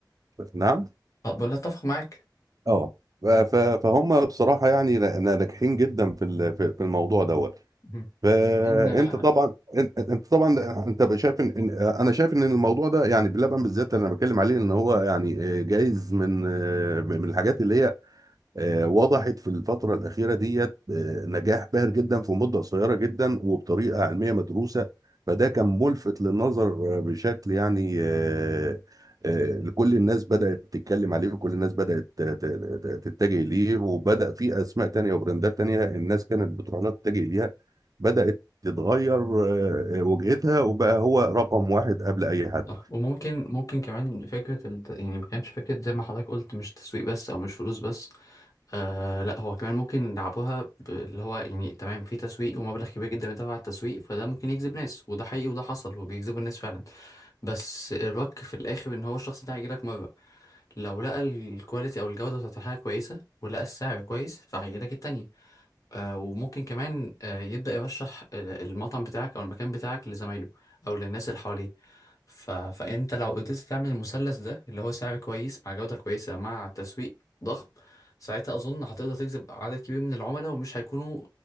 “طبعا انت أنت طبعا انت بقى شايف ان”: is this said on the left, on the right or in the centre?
Right